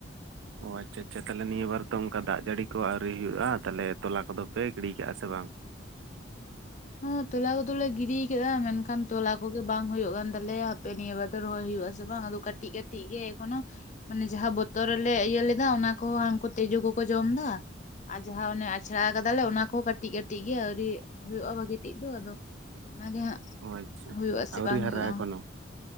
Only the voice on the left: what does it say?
ᱦᱚ ᱛᱚᱞᱟ ᱠᱚᱫᱚ ᱞᱮ ᱜᱤᱰᱤ ᱠᱮᱫᱟ ᱢᱮᱱᱠᱷᱟᱱ ᱛᱚᱞᱟ ᱠᱚᱜᱮ ᱵᱟᱝ ᱦᱩᱭᱩᱜ ᱠᱟᱱ ᱛᱟᱞᱮᱭᱟ ᱦᱟᱯᱮ ᱱᱤᱭᱟᱹ ᱵᱟᱨ ᱫᱚ ᱨᱚᱦᱚᱭ ᱦᱩᱭᱩᱜ ᱟᱥᱮ ᱵᱟᱝ ᱟᱫᱚ ᱠᱟᱹᱴᱤᱡ ᱠᱟᱹᱴᱤᱡ ᱜᱮ ᱮᱠᱷᱚᱱᱳ ᱢᱟᱱᱮ ᱡᱟᱦᱟᱸ ᱵᱚᱛᱚᱨ ᱨᱮᱞᱮ ᱤᱭᱟᱹ ᱞᱮᱫᱟ ᱚᱱᱟ ᱠᱚᱦᱚᱸ ᱩᱱᱠᱩ ᱛᱤᱡᱩ ᱠᱚᱠᱚ ᱡᱚᱢ ᱫᱟ, ᱟᱨ ᱡᱟᱦᱟᱸ ᱚᱱᱮ ᱟᱪᱷᱲᱟ ᱠᱟᱫᱟᱞᱮ ᱚᱱᱟ ᱠᱚᱦᱚᱸ ᱠᱟᱹᱴᱤᱡ ᱠᱟᱴᱤᱡ ᱜᱮ ᱟᱹᱣᱨᱤ ᱦᱩᱭᱩᱜᱜᱼᱟ ᱵᱷᱟ ᱜᱤᱴᱤᱡ ᱫᱚ ᱟᱫᱚ ᱚᱱᱟ ᱜᱮ ᱦᱟᱸᱜ
ᱦᱩᱭᱩᱜ ᱟᱥᱮ
ᱵᱟᱝ
ᱦᱩᱭᱩᱜᱼᱟ